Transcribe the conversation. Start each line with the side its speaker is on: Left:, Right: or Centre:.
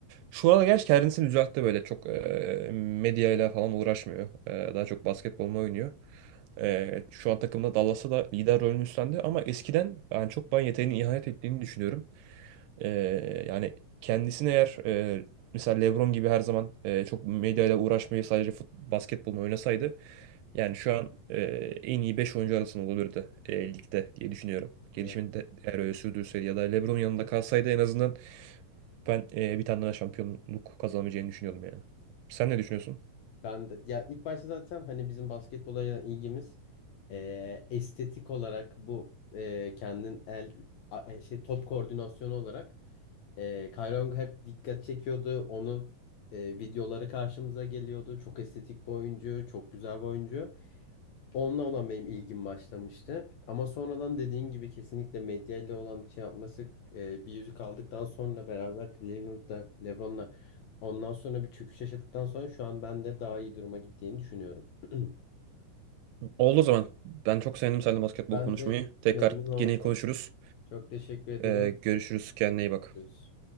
Right: şu anda gerçi kendisini düzeltti böyle çok e, medyayla falan uğraşmıyor. E, daha çok basketbolunu oynuyor. E, şu an takımda Dallas'ta da lider rolünü üstlendi ama eskiden yani çok ben yeteneğine ihanet ettiğini düşünüyorum. E, yani kendisini eğer e, mesela LeBron gibi her zaman e, çok medyayla uğraşmayı sadece fut, basketbolunu oynasaydı yani şu an e, en iyi 5 oyuncu arasında olabilirdi e, ligde diye düşünüyorum. Gelişimini
Left: Evet.
Right: de eğer öyle sürdürseydi ya da LeBron yanında kalsaydı en azından ben e, bir tane daha şampiyonluk kazanamayacağını düşünüyordum yani. Sen ne düşünüyorsun?
Left: Ben de ya ilk başta zaten hani bizim basketbola olan ilgimiz eee, estetik olarak bu eee, kendin el a- e, şey top koordinasyonu olarak eee Kyrie Irving hep dikkat çekiyordu. Onun eee, videoları karşımıza geliyordu. Çok estetik bir oyuncu, çok güzel bir oyuncu. Onunla olan benim ilgim başlamıştı. Ama sonradan dediğin gibi kesinlikle medyayla olan şey yapması e, bir yüzük aldıktan sonra beraber Cleveland'da LeBron'la ondan sonra bir çöküş yaşadıktan sonra şu an ben de daha iyi duruma gittiğini düşünüyorum. <clears throat>
Right: Oldu o zaman. Ben çok sevindim seninle basketbol
Left: Ben
Right: konuşmayı.
Left: de
Right: Tekrar
Left: memnun oldum.
Right: gene konuşuruz.
Left: Çok teşekkür ederim.
Right: Ee, görüşürüz. Kendine iyi bak.
Left: Görüşürüz.